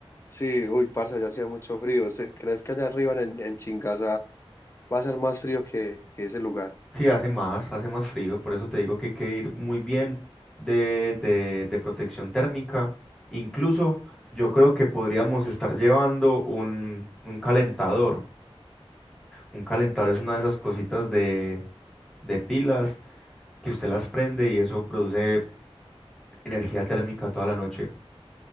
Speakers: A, on the left; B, in the centre.
A: Sí, uy, parce, allá hacía mucho frío. Se- ¿Crees que allá arriba en, en Chingaza va a ser más frío que, que ese lugar?
B: Sí, hace más, hace más frío, por eso te digo que hay que ir muy bien de, de, de protección térmica. Incluso yo creo que podríamos estar llevando un, un calentador. Un calentador es una de esas cositas de, de pilas que usted las prende y eso produce energía térmica toda la noche.